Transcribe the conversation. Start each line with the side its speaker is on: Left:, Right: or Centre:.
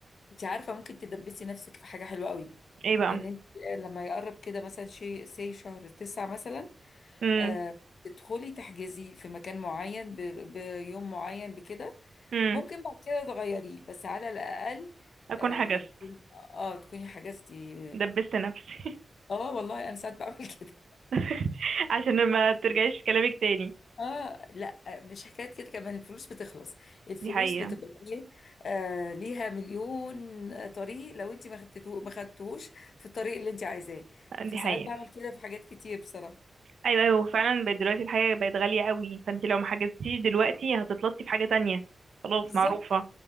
Left: انت عارفه ممكن تدبسي نفسك في حاجه حلوه قوي
Right: ايه بقى
Left: ان انت لما يقرب كده مثلا شيء سي شهر تسعة مثلا
Right: امم
Left: آه تدخلي تحجزي في مكان معين ب- بيوم معين بكده
Right: امم
Left: ممكن بعد كده تغيريه بس على الاقل
Right: اكون
Left: اه
Right: حجزت
Left: تكون- آه، تكوني حجزتي
Right: دبست نفسي
Left: اه والله انا ساعات بعمل <laughs> كده
Right: <laughs> عشان ما ترجعيش في كلامك تاني
Left: اه لا آه، مش حكايه كده كمان الفلوس بتخلص الفلوس
Right: دي حقيقة
Left: بتبقى ايه آه ليها مليون طريق لو انت ما خدتوه ما خدتوش في الطريق اللي انت عايزاه فساعات
Right: دي حقيقة
Left: بعمل كده في حاجات كتير بصراحه
Right: ايوه ايوه فعلا بقت دلوقتي الحاجه بقت غاليه قوي فانت لو ما حجزتيش دلوقتي هتتلطي في حاجه تانية خلاص
Left: بالظبط
Right: معروفه